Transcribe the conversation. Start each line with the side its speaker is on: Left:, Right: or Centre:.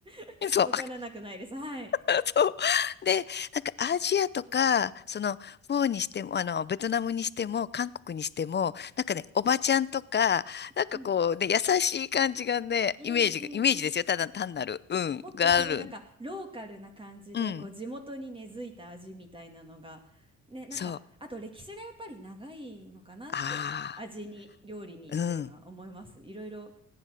Right: <laughs>
Left: そう。
Right: わからなくないです。はい。
Left: <laughs> そう。で、なんかアジアとか、その、フォーにしても、あの、ベトナムにしても、韓国にしても、なんかね、おばちゃんとか、なんかこうね、
Right: うん。
Left: 優しい感じがね、
Right: うんうんうん。
Left: イメージが、イメージですよ。ただ単なる、うん、
Right: もっとすごいなんかローカルな感じでこう地元に根付いた味みたいなのがねなんかあと歴史がやっぱり長いのかなってあ味に料理にっていうのは思いますいろいろ
Left: がある。うん、そう。ああ、うん、